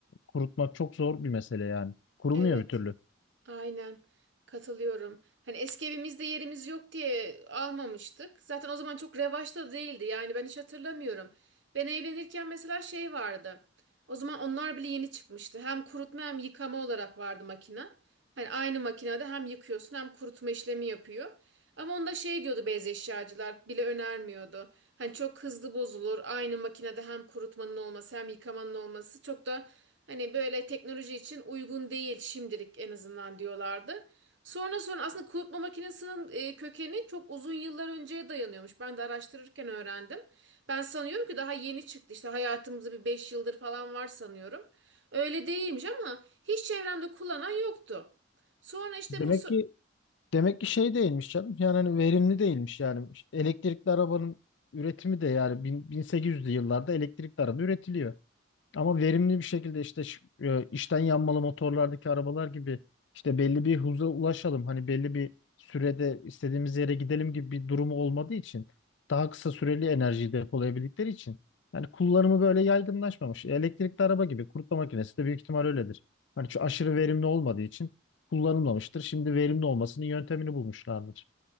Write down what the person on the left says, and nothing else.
kurutmak çok zor bir mesele yani. Kurumuyor
bir türlü.
Demek
ki demek ki şey değilmiş canım. Yani hani verimli değilmiş yani. İşte Elektrikli arabanın üretimi de yani bin- 1800'lü yıllarda elektrikli araba üretiliyor. Ama verimli bir şekilde işte ş- e, içten yanmalı motorlardaki arabalar gibi işte belli bir hıza ulaşalım. Hani belli bir sürede istediğimiz yere gidelim gibi bir durumu olmadığı için daha kısa süreli enerjiyi depolayabildikleri için yani kullanımı böyle yaygınlaşmamış. Elektrikli araba gibi kurutma makinesi de büyük ihtimal öyledir. Hani şu aşırı verimli olmadığı için kullanılmamıştır. Şimdi verimli olmasının yöntemini bulmuşlardır.